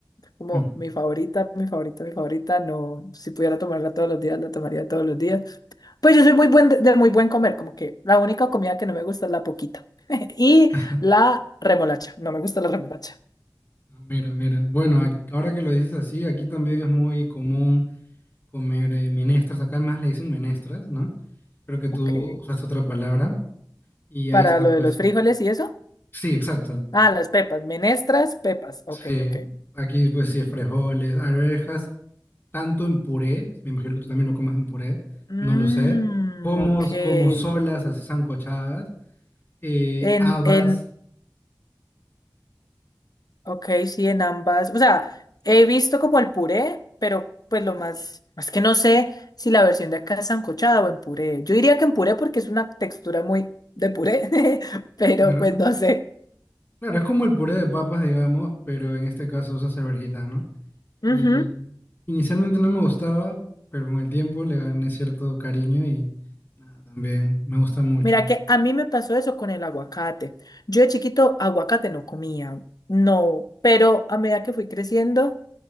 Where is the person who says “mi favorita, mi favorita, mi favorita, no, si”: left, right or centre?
Left